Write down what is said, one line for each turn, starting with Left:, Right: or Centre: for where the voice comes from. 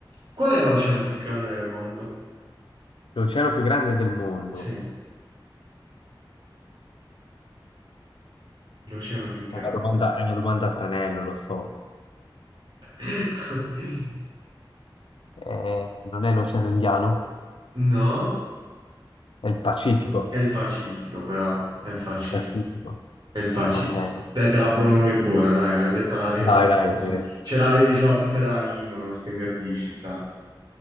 Right: Qual è l'oceano più grande del mondo?
Left: L'oceano più grande del mondo.
Right: Sì, l'oceano più grande.
Left: È una domanda, è una domanda a tranello, lo so.
Right: <laughs>
Left: Eh, non è l'oceano Indiano?
Right: No?
Left: È il Pacifico.
Right: È il Pacifico, bravo, è il Pacifico.
Left: Il Pacifico.
Right: È il Pacifico.
Left: Ok.
Right: Dai, te la buono come buona, dai, me l'hai detta alla... ri- alla-
Left: Dai, dai. eh.
Right: Ce l'avevi sulla punta della lingua, non stai per dire, ci sta.